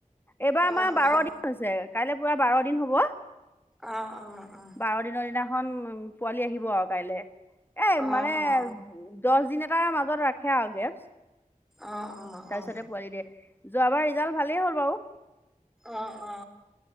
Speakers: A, on the left; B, in the centre.
A: এইবাৰ আমাৰ
B: অ',
A: বাৰ
B: অ',
A: দিন হৈছে। কাইলৈ পুৰা বাৰ দিন হ'ব।
B: অ অ অ।
A: বাৰ দিনৰ দিনাখন উ পোৱালি আহিব আৰু কাইলে। এ
B: অ', অ',
A: মানে উ
B: অ',
A: দহ দিন এটাৰ মাজত ৰাখে আৰু গেপছ,
B: অ', অ',
A: তাৰপিছতে
B: অ',
A: পোৱালি দিয়ে। যোৱাবাৰ ৰিজাল্ট ভালেই হ'ল বাৰু।
B: অ অ